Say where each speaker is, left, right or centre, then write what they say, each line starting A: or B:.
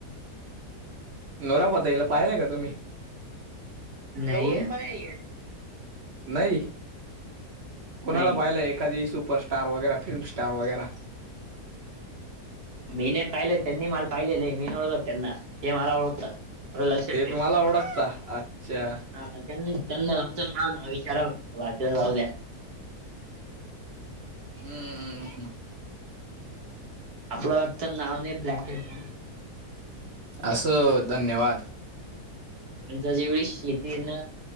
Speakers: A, on the right; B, on the right.
A: नोरापात येला पाहिलाय का तुम्ही.
B: नाहीये
A: जवळून पायलय का, नै. कोणाला
B: नाही
A: पाहिलंय एखादी सुपरस्टार वगैरा फिल्म स्टार वगैरा. <inaudible>
B: मी नै पाहिले त्यांनी माला पाहिलेय, मी नै ओळखत त्यांना ते माला ओळखतात. थोडं लक्षात
A: ते
B: ठेवा.
A: तुम्हाला ओळखता, अच्छा.
B: हा, त्यांन चंद च माणा ना विचार बघत, बाकीच जाऊद्या.
A: हम्ममम हम्म.
B: आपलं फक्त नाव नाही ब्रँड एक हाय.
A: असं धन्यवाद.
B: त्यां जेवढी शेती ना